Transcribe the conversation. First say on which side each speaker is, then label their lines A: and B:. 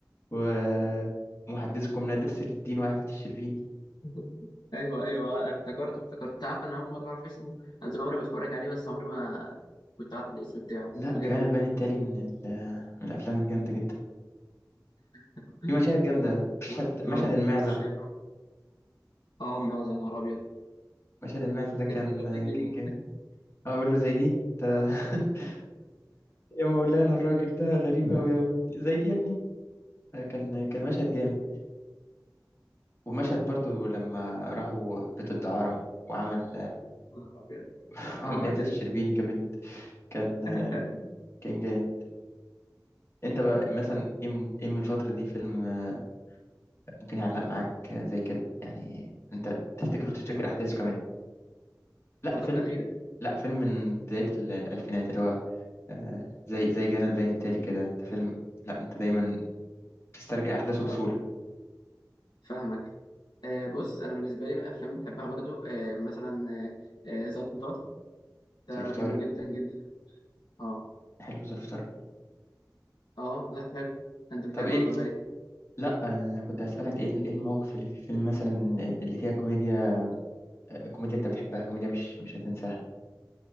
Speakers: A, on the left; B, on the left.
A: <laughs> ومحدثكم نادر سيف الدين وعفة الشربيني
B: <laughs> ايوه ايوه افتكرته افتكرت تعرف انا اول مره اعرف اسمه انا طول عمري بتفرج عليه بس عمري ما كنت عارف الاسم بتاعه
A: لا
B: بجد
A: جانا البيان التالي من ال- من الافلام الجامده جدا
B: <laughs>
A: في مشاهد جامده مشهد
B: وش
A: مشهد
B: جرام
A: المعزه
B: وش جرام اه أمي عايز، يا نهار ابيض
A: مشهد المعزه
B: <laughs>
A: ده كان
B: دي الرجل
A: كان
B: دي
A: جامد اقول له زي دي انت <laughs> يا مولانا الراجل ده غريب أوي أوي زي دي يا ابني كان كان مشهد جامد ومشهد برضو لما راحوا بيت الدعارة وعمل
B: يا نهار ابيض
A: <laughs> وعمل
B: عمل
A: آفة
B: فين
A: الشربيني كبنت كان
B: <laughs>
A: كان جامد انت بقى مثلا ايه من ايه من الفترة دي فيلم آه، ممكن يعلق معاك آه، زي كده يعني انت تفتكره وتفتكر
B: الفتره
A: احداثه
B: الاخيره
A: كمان لا
B: الفتره
A: فيلم
B: الاخيره
A: لا فيلم من بداية ال- الالفينات اللي هو آه، زي زي جانا البيان التالي كده انت فيلم لا انت دايما تسترجع احداثه
B: اه
A: بسهولة
B: فاهمك آه بص انا بالنسبه لي من الافلام بحبها برضو آه مثلا آه آه، ظرف طارق ده
A: ظرف
B: بحبه
A: طارق
B: جدا جدا اه
A: حلو ظرف طارق
B: اه لا حلو انت مش
A: طب
B: عاجبك
A: ايه
B: ولا ايه؟
A: لا انا كنت هسألك ايه ال- ايه المواقف اللي في الفيلم مثلا اللي فيها كوميديا آه، كوميديا انت بتحبها كوميديا مش مش هتنساها